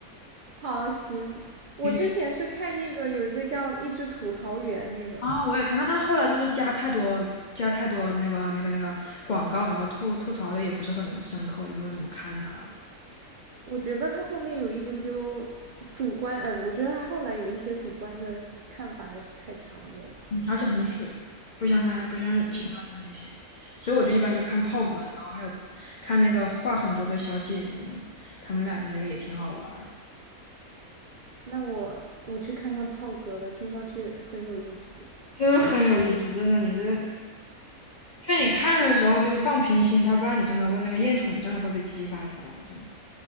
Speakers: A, on the right (about 75°); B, on the left (about 65°).
A: <laughs> 好，行。我之前是看那个有一个叫《一只吐槽员》那个，
B: 对啊，我也看，但他后来就是加太多加太多那个那个那个广告，然后吐吐槽的也不是很深刻，我就没有怎么看他了。
A: 我觉得他后面有一丢丢主观，呃，我觉得他后来有一些主观的看法还是太强烈了。
B: 嗯而且很水，不像他不像其他的那些，
A: 嗯
B: 所以我就一般就看炮哥的，
A: 嗯，
B: 然后还有看那个话很多的小姐姐们，她们俩的那个也挺好玩儿的。
A: 那我我去看看炮哥的，听上去很有意思。
B: 真的很有意思，真的，你这劝你看的时候就是放平心，他不然你真的会那个厌蠢症会被激发出来，真的。